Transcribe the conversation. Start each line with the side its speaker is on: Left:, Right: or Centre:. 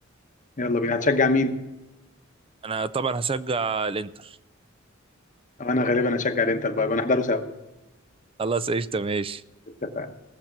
Left: يلا بينا هتشجع مين؟
Right: أنا طبعا هشجع الإنتر
Left: أو انا غالبا هشجع الانتر بقى بنحضره سوا
Right: خلاص قشطة ماشي
Left: اتفقنا